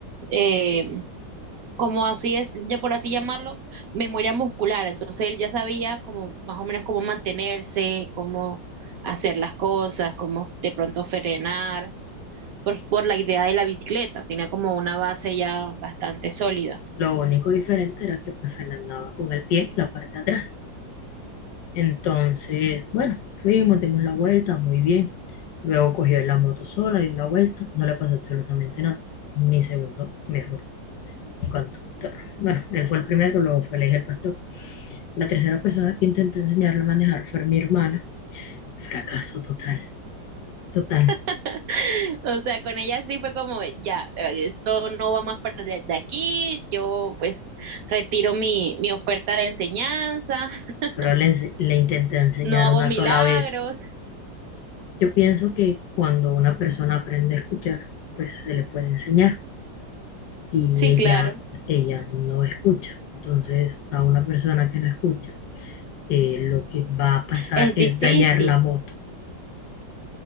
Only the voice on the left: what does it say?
Lo único diferente era que pues él andaba con el pie, la parte de atrás. Entonces, bueno, fuimos, dimos la vuelta, muy bien. Luego cogió la moto sola, dio la vuelta, no le pasó absolutamente nada. Mi segundo mejor conductor. Bueno, él fue el primero, luego fue elegir el hijo del pastor. La tercera persona que intentó enseñarle a manejar fue mi hermana. Fracaso total, total.
Solo le, le intenté enseñar
una
sola vez. Yo pienso que cuando una persona aprende a escuchar, pues se le puede enseñar y
ella,
ella no escucha. Entonces, a una persona que no escucha, eh, lo que va a pasar
es
dañar la moto.